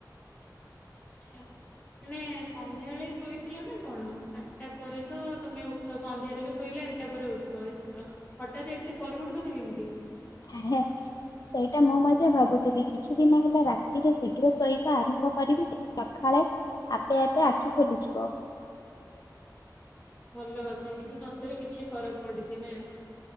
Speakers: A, on the left; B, on the left.
A: <unintelligible> ମାନେ ସନ୍ଧ୍ୟାବେଳେ ଶୋଇଥିଲନା କଣ ଆଠଟା ପରେତ ତମେ ଉ ଠ ସନ୍ଧ୍ୟାରେବି ଶୋଇଲେ ଆଠଟା ପରେ ଉଠ ଏତେ ଅ ହଠାତ ଏତେ ପରିବର୍ତ୍ତନ କେମତି।
B: ହେଏ। ସେଇଟା ମୁଁ ମଧ୍ୟ ଭାବୁଥିଲି କିଛିଦିନ ହେଲା ରାତିରେ ଶୀଘ୍ର ଶୋଇବା ଆରମ୍ଭ କରିବି ସକାଳେ ଆପେ ଆପେ ଆଖି ଖୋଲିଯିବ।
A: ଭଲକଥା କିନ୍ତୁ ସତରେ କିଛି ଫରକ ପଡିଛିନା।